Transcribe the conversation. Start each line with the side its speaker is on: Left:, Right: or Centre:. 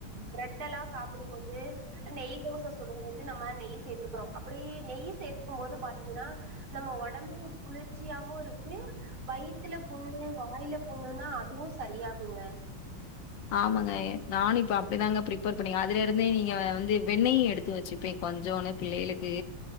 Right: பிரெட் எல்லாம் சாப்டும் போது நெய் தோசை சுடும்போது நம்ம நெய் சேர்த்துக்கிறோம் அப்டி நெய் சேர்த்துக்கும் போது பாத்தீங்கன்னா நம்ம உடம்புக்கு குளிர்ச்சியாவும் இருக்கு வயித்துல புண்ணு வாயில புண்ணுன்னா அ இதுவு சரியாகுங்க
Left: ஆமாங்க எ நானு இப்ப அப்டிதாங்க பிரிப்பேர் பண்ணேங்க அதுலருந்தே நீங்க வந்து வெண்ணெயு எடுத்து வெச்சுப்பீங் கொஞ்சோனு பிள்ளைகளுக்கு